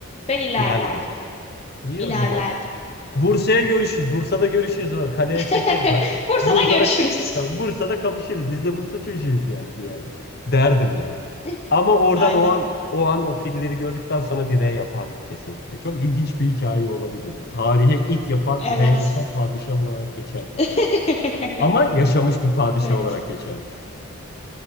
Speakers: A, on the left (about 30°); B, on the left (about 45°).
A: Ben ilerlerdim.
B: İlerler. İyi
A: İlerlerdim.
B: o zaman. Bursa'ya görüşürüz. Bursa'da görüşürüz. O Kaleye
A: <laughs>
B: çekerim ben.
A: Bursa'da
B: Bursa'da
A: görüşürüz.
B: Bursa'da kapışırız. Biz de Bursa çocuğuyuz yani bir yerde. Derdim ya.
A: <laughs>
B: Ama oradan
A: Aynen.
B: o an o an o filleri gördükten sonra bir R yapardım kesinlikle. Çok ilginç bir hikaye olabilirdi. Tarihe ilk yapan
A: Evet.
B: R yapan padişah olarak geçerdim.
A: <laughs>
B: Ama yaşamış bir padişah
A: Evet.
B: olarak geçerdim.